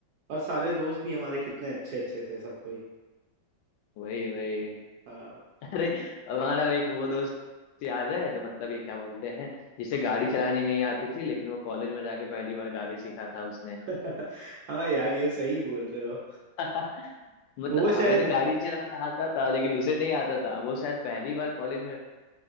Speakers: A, on the right (about 70°); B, on the left (about 80°).
A: और सारे दोस्त भी हमारे कितने अच्छे अच्छे थे सब कोई
B: वही वही <laughs>
A: हाँ
B: अरे हमारा एक वो दोस्त याद है जो मतलब ये क्या बोलते हैं जिसे गाड़ी चलानी नहीं आती थी लेकिन वो कॉलेज में जाके पहली बार गाड़ी सीखा था उसने
A: <laughs> हाँ यार ये सही बोल रहे हो
B: <laughs> मतलब
A: वो
B: हमें
A: शायद
B: तो गाड़ी चलाना आता था लेकिन उसे नहीं आता था वो शायद पहली बार कॉलेज में